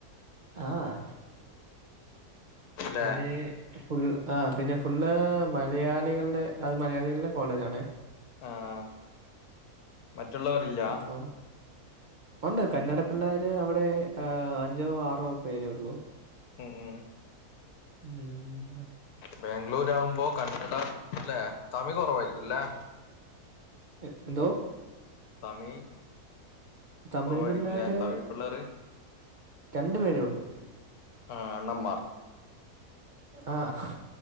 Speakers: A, on the right; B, on the left.
A: ആഹ്
B: അല്ലെ
A: പിന്നെ ഫുൾ ആ പിന്നെ ഫുള്ള് മലയാളികളുടെ അത് മലയാളികളുടെ കോളേജ് ആണേ
B: ആഹ മറ്റുള്ളവർ ഇല്ല
A: അപ്പം ഉണ്ട് കന്നട പിള്ളേർ അവിടെ അഞ്ചോ ആറോ പേരെ ഉള്ളൂ
B: ഉം ഉം
A: ഉം
B: ബാംഗ്ലൂർ ആഉമ്പോ കന്നഡ അല്ലെ തമിഴ് കുറവായിരിക്കുംല്ലേ
A: എഹ് എന്തോ
B: തമിഴ്
A: തമിഴ്
B: കുറവായിരിക്കും
A: പിള്ളോര്
B: അല്ലേ തമിഴ് പിള്ളേർ
A: രണ്ടു പേരെ ഉള്ളൂ
B: ആഹ് അണ്ണമാർ
A: ആഹ്